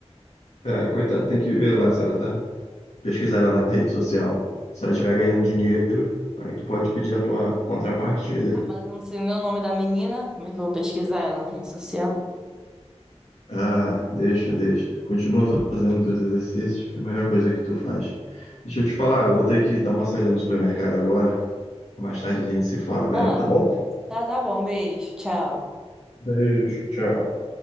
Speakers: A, on the left (about 75°); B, in the centre.
A: Ah, coitado, tem que ver lá se ela tá. pesquisar lá na rede social. Se ela estiver ganhando dinheiro, aí tu pode pedir a tua contrapartida.
B: Ah, mas eu não sei nem o nome da menina, como é que eu vou pesquisar ela na rede social?
A: Ah, deixa, deixa. Continua fazendo teus exercícios, que é a melhor coisa que tu faz. Deixa eu te falar, eu vou ter que dar uma saída no supermercado agora. Mais tarde a gente se fala melhor,
B: Ah,
A: tá bom?
B: tá, tá bom, beijo, tchau.
A: Beijo, tchau.